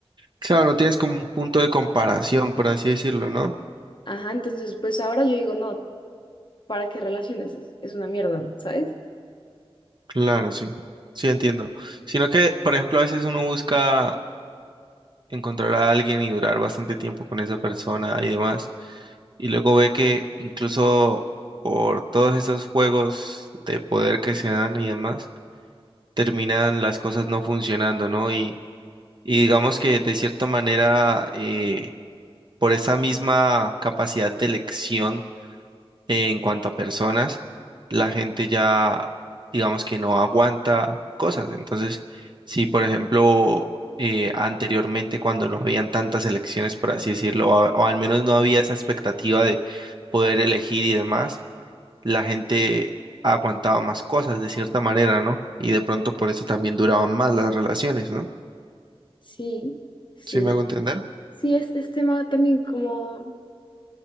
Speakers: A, on the right; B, on the left.
A: Claro, no tienes como un punto de comparación, por así decirlo, ¿no?
B: Ajá, entonces pues ahora yo digo, no, ¿para qué relaciones? Es, es una mierda, ¿sabes?
A: Claro, sí. Sí, entiendo. Sino que, por ejemplo, a veces uno busca encontrar a alguien y durar bastante tiempo con esa persona y demás. Y luego ve que incluso por todos estos juegos de poder que se dan y demás, terminan las cosas no funcionando, ¿no? Y, y digamos que de cierta manera, eh, por esa misma capacidad de elección, en cuanto a personas, la gente ya, digamos que no aguanta cosas. Entonces, si por ejemplo, eh, anteriormente cuando no habían tantas elecciones, por así decirlo, o, a- o al menos no había esa expectativa de poder elegir y demás, la gente aguantaba más cosas de cierta manera, ¿no? Y de pronto por eso también duraban más las relaciones, ¿no?
B: Sí, sí.
A: ¿Sí me hago entender?
B: Sí, es, es tema también como